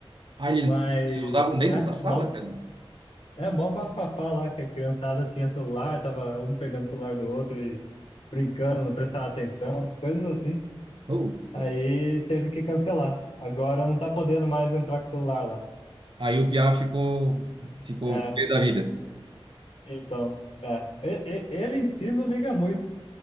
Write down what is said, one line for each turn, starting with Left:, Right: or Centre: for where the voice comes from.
Right: Ah, eles,
Left: Mas,
Right: eles usavam dentro
Left: é,
Right: da sala,
Left: mó,
Right: cara?
Left: é, mó bafafá lá, que a criançada tinha celular, tava um pegando o celular do outro e brincando, não prestava atenção, coisas assim.
Right: Putz, cara.
Left: Aí teve que cancelar. Agora não tá podendo mais entrar com o celular lá.
Right: Aí o Piá ficou, ficou
Left: É,
Right: pé da vida.
Left: então, é. E- e- Ele em si não liga muito